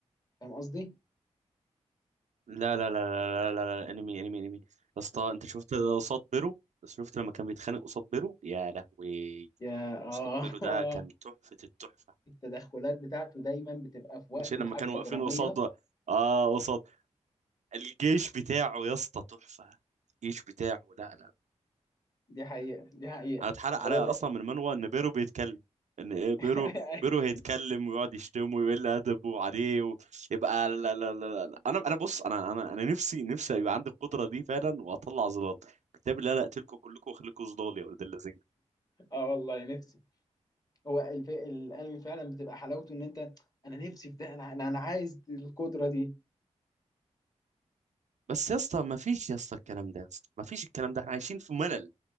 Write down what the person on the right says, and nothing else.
لا لا لا لا لا لا, لا. انمي انمي انمي يا اسطى انت شفت قصاد بيرو شفت لما كان بيتخانق قصاد بيرو يا لهوي
قصاد بيرو ده كان
تحفة التحفة
مش لما
كانوا واقفين
قصاد اه قصاد الجيش بتاعه يا اسطى تحفة الجيش بتاعه لا لا
انا اتحرق عليا
اصلا من منوى ان بيرو بيتكلم ان ايه
بيرو بيرو هيتكلم ويقعد يشتمه ويقل ادبه عليه ويبقى لا لا لا لا انا انا بص انا انا انا نفسي نفسي يبقى عندي القدره دي فعلا واطلع ظلال كتاب لا لا اقتلكم كلكم واخليكم ظلال يا ولد الذين
بس يا اسطى ما فيش يا اسطى الكلام ده يا اسطى ما فيش الكلام ده احنا عايشين في ملل